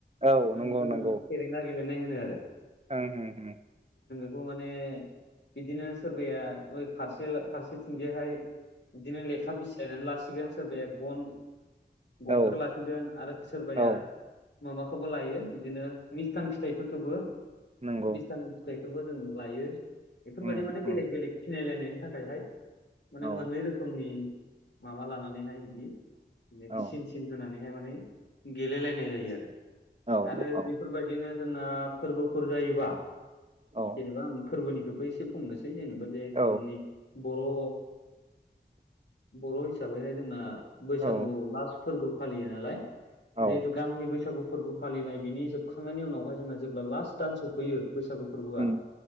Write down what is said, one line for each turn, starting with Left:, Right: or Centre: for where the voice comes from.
Right: औ
Left: माने
Right: नंगौ
Left: बेखौ
Right: नंगौ
Left: जों फेरेंगा गेलेनाय होनो आरो
Right: ओं ओं
Left: खौ माने बिदिनो सोरबाया बै फारसे फारसेथिंजायहाय बिदिनो लेखा बिसिलायनानै लासिगोन सोरबाया गन
Right: औ
Left: गनखौ आरो सोरबाया
Right: औ
Left: माबाखौबो लायो बिदिनो मिस्थां फिथाइफोरखौबो
Right: नंगौ
Left: मिस्थां फिथाइखौबो जों लायो बेफोरबायदि
Right: उम
Left: माने
Right: उम
Left: बेलेग बेलेग सिनायलायनायनि थाखायहाय माने
Right: औ
Left: मोननै रोखोमनि माबा लानानैहाय बिदि
Right: औ
Left: सिन होनानैहाय माने गेलेलायनाय जायो
Right: औ
Left: आरो आरो
Right: औ
Left: बेफोरबायदिनो जोंना फोरबोफोर जायोबा
Right: औ
Left: जेनेबा आं फोरबोनिखौबो एसे बुंनोसै जेनेबा जिहेतु
Right: औ
Left: जोंनि बर'
Right: <inaudible>
Left: बर' हिसाबैहाय जोंना बैसागु
Right: औ
Left: लास फोरबो फालियो नालाय
Right: औ
Left: जिहेथु गामिनि बैसागु फोरबो फालिनाय बिनि जोबखांनायनि उनावहाय जोंना जेब्ला लास्ट दान सफैयो बैसागु फोरबोआ
Right: उम